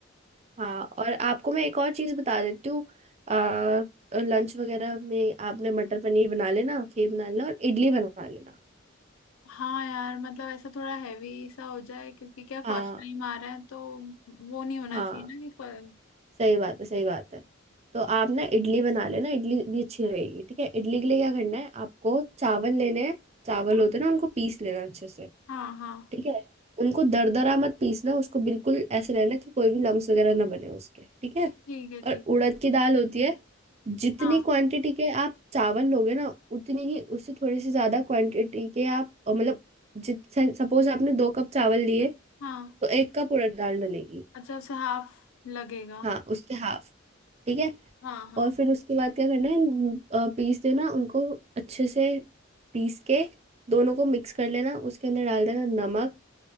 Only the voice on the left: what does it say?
हाँ यार मतलब ऐसा थोड़ा हैवी सा हो जाए क्योंकि क्या
फर्स्ट टाइम आ रहा है तो वो नहीं होना
चाहिए ना कि फर...
हाँ
हाँ हाँ,
ठीक है
ठीक है
हाँ
हाँ
अच्छा उसे हाफ लगेगा
हाँ हाँ